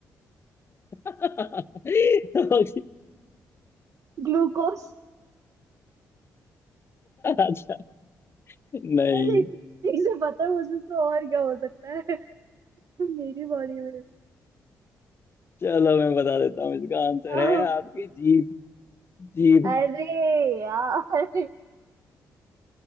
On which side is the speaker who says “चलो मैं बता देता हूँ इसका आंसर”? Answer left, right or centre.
Left